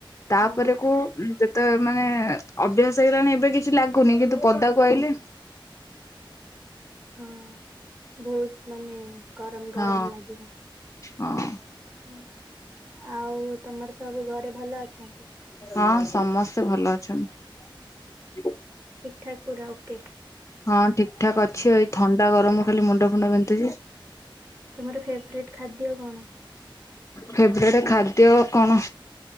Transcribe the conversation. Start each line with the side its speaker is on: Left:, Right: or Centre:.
Left: ତାପର
Right: ହଁ
Left: କୁ ତ ମାନେ ଅଭ୍ୟାସ ହେଇଗଲାଣି ଏବେ କିଛି ଲାଗୁନି କିନ୍ତୁ ପଦାକୁ ଆଇଲେ
Right: ହଁ ବହୁତ ମାନେ ଗରମ
Left: ହଁ
Right: ଗରମ ଲାଗିବ,
Left: ହଁ
Right: ହୁଁ <inaudible> ଆଉ ତମର ସବୁ ଘରେ ଭଲ ଅଛନ୍ତି
Left: ହଁ ସମସ୍ତେ ଭଲ ଅଛନ୍ତି।
Right: ଠାକୁୁର ଓକେ
Left: ହଁ ଠିକ ଠାକ୍ ଅଛି ଏଇ ଥଣ୍ଡା ଗରମ ଖାଲି ମୁଣ୍ଡ ଫୁଣ୍ଡ ବିନ୍ଧୁଛି
Right: ତମର ଫେବ୍ରେଟ୍ ଖାଦ୍ୟ କଣ?
Left: ଫେବରେଟ୍ ଖାଦ୍ୟ କଣ